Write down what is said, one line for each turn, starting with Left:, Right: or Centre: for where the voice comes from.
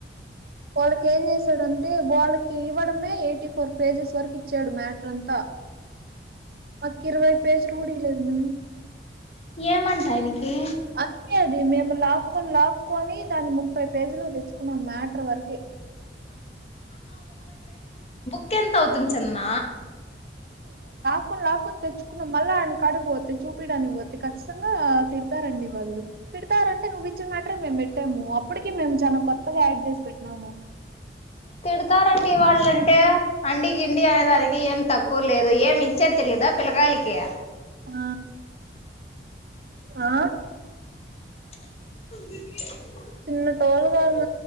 Right: వాళ్ళకి ఏం చేశాడు అని అంటే వాళ్ళకి ఇవ్వడమే ఎయిటీ ఫోర్ పేజెస్ వరకు ఇచ్చాడు మ్యాటర్ అంతా ఒక్క ఇరవై పేజలు కూడా ఈయలేదుమె
Left: ఏమంట ఆయనికి
Right: అంతే అది మేము లాక్కొని లాక్కొని దాన్ని ముక్ ముప్పై పేజీలకు తెచ్చుకున్నాం మ్యాటర్ వరకే
Left: ఇంకెంత అవుతుంది చందన
Right: లాక్కుని లాక్కుని తెచ్చుకున్నాం మళ్ళా ఆయన కాడకి పోతే చూపీడానికి పోతే ఖచ్చితంగా తిడతారండి వాళ్ళు తిడతారంటే నువ్వు ఇచ్చిన మేటరే మేము పెట్టాము అప్పటికీ మేము చాలా కొత్తగా యాడ్ చేసి పెట్టినాము
Left: అ తిడతారండి వాళ్ళంటే అండి గిండి అనే దానికి ఏం తక్కువ లేదు ఏమి ఇచ్చేది తెలిదు ఉందా పిల్లకాయలకి
Right: ఆ ఆ
Left: అ
Right: చిన్న టోలుగాారు